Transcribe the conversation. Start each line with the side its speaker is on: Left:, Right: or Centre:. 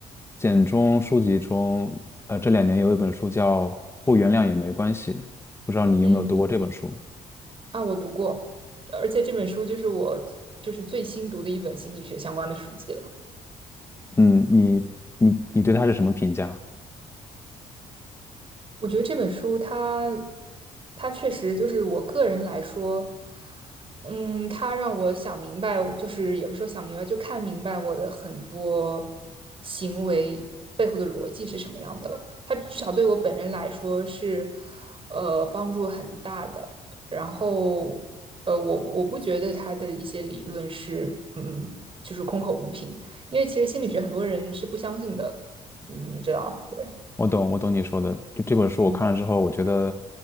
Left: 简中书籍中，呃，这两年有一本书叫《不原谅也没关系》，不知道你有没有读过这本书。
Right: 嗯啊，我读过，而且这本书就是我就是最新读的一本心理学相关的书籍了。
Left: 嗯，你你你对他是什么评价？
Right: 我觉得这本书它，它确实就是我个人来说，嗯，它让我想明白，就是也不是说想明白，就看明白我的很多行为背后的逻辑是什么样的了。它至少对我本人来说是，呃，帮助很大的。然后，呃，我我不觉得它的一些理论是，嗯，就是空口无凭，因为其实心理学很多人是不相信的，嗯你知道，对，
Left: 我懂，我懂你说的。就这本书我看了之后，
Right: 嗯
Left: 我觉得